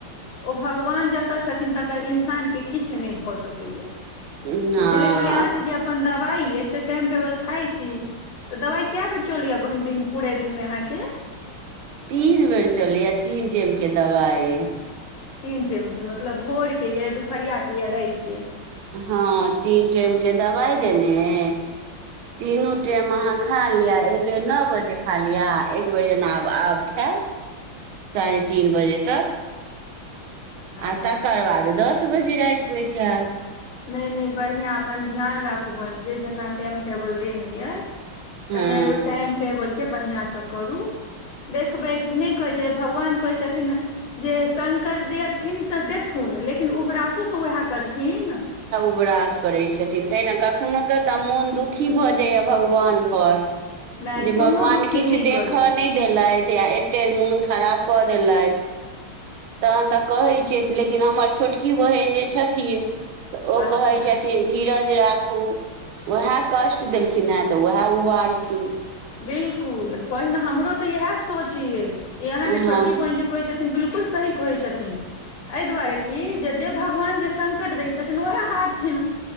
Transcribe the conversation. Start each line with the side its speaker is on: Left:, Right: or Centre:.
Left: ओ भगवान जतय छथिन तकर इन्सानके किछु नहि भऽ सकैए
Right: हँ
Left: बुझलियै खाली अहाँके
Right: आब
Left: जे अपन द वाइ यै से टाइम टेवल खाइ छी दवाइ कए बेर चलया बहीन दिन पूरे दिनमे अहाँके
Right: तीन बेर चलैया तीन टाइम के दबाइ
Left: तीन टाइम के मतलब भोर के यऽ दुपहरिया के यऽ राातिके
Right: हँ तीन टाइम के दवाइ देने यै तीनू टाइम अहाँ खा लिअ एक बेर नओ बजे खा लिअ एकबर जेना आब आब खायब साढ़े तीन बजे तक
Left: ओ
Right: आ तकर बाद दस बजे रातिमे खाएब
Left: नहि नहि बढ़िआँ अपन ध्यान राखबनि जे जेना टाइम टेबल देने यइ
Right: हँ
Left: तऽने ओ टाइम टेबलके बढ़िआँसँ करू देखबै न कहैत छै भगवान कहै छथिन जे शंकर देथिन तऽ देथु लेकिन उबरासो तऽ वएह करथिन
Right: उगरास करै छथिन तै ने कखननोे तऽ मोन दुखी भऽ जाइए भगवानपर
Left: नहि
Right: जे
Left: कोनो
Right: भगवान
Left: दुखी
Right: किछु
Left: नहि
Right: देखऽ
Left: करू
Right: नहि देलथि से एते मोन खराब कऽ देलैथ तखन तऽ कहै छियै लेकिन हमर छोटकी बहीन जे छथिन तऽ ओ
Left: अच्छा
Right: कहै छथिन धीरज राखू उएह कष्ट देलखिन हेँ तऽ उएह उभारथिन
Left: बिलकुल बहिन हमरो ते इएह सोच यै इ अहाँ
Right: हँ
Left: के छोटकी
Right: हँ
Left: बहिन जे कहे छथि बिलकुल सही कहै छथिन एहि दुआरे की जे जे भगवान जे संकट दै छथिन ओहे हारथिन